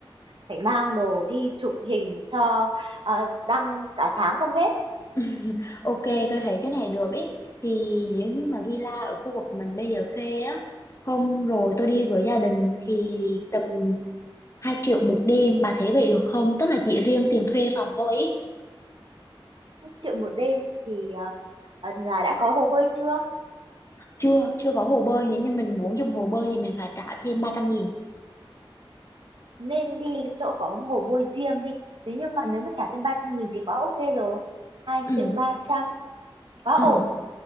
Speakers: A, on the right; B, on the left.
A: phải mang đồ đi chụp hình cho ờ, đăng cả tháng không hết
B: <laughs> Ok, tôi thấy cái này được ý. Thì nếu như mà villa ở khu vực mình bây giờ thuê á, hôm rồi tôi đi với gia đình thì tầm 2 triệu một đêm, bà thấy vậy được không? Tức là chỉ riêng tiền thuê phòng thôi ý.
A: một triệu một đêm thì ờ, ờ, là đã có hồ bơi chưa
B: Chưa, chưa có hồ bơi, nếu như mình muốn dùng hồ bơi thì mình phải trả thêm 300 nghìn.
A: nên đi chỗ có hồ bơi riêng đi thế nhưng mà nếu mà trả thêm ba trăm nghìn thì quá ok rồi hai
B: Ừ,
A: triệu ba trăm quá
B: ừ.
A: ổn